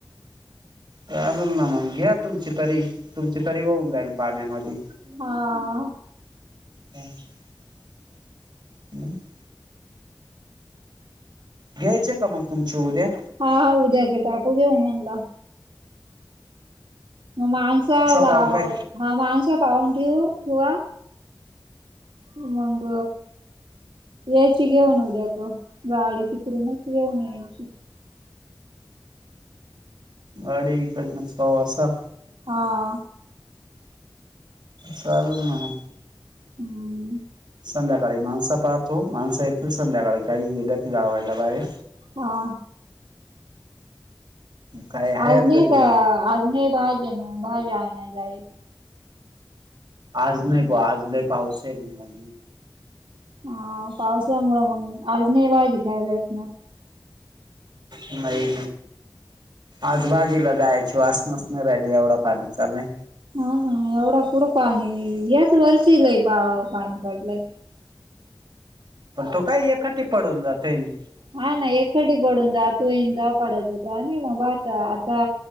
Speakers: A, on the right; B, on the right.
A: चालल ना मग, घ्या तुमची तरी, तुमची तरी होऊन जाईल पाण्यामधी.
B: आ.
A: <unintelligible> घ्यायचे का मग तुमचे उद्या?
B: हा हा उद्याच टाकू घेऊ म्हणला. म माणसा लावा
A: पाव काय
B: हा माणसा पाहून ठेवू किंवा मंग यायची घेऊन उद्या कड, गाडी तिकडूनच घेऊन यायची.
A: अडी इकडंणीसा असा.
B: हा!
A: चाललं ना म!
B: हम्म!
A: संध्याकाळी माणसा पाहतो, माणसा येतील संध्याकाळी काही गेल्यात गावायला बाहेर.
B: हा!
A: काय आहेत
B: आज नाही
A: घरी
B: का
A: मग
B: आज नाही भाज्या भाज्या आणाय जाय.
A: आज नाही बा आज लय पावस आहे, म
B: हा पावसामुळ मग आज न्हाय भाजी इकाय भेटणार?
A: न्हाय! आज भाजीला जायची वास नसणार ते येवडा पाणी चाललाय.
B: हा ना एवढा कुढं पाणी याच वर्षी लही पा पाणी पडलंय.
A: पण तो काही एखाटी पडून जातोय नी.
B: हाय ना एखढी पडून जातोय न जा. पडत होता आणि मग आता आता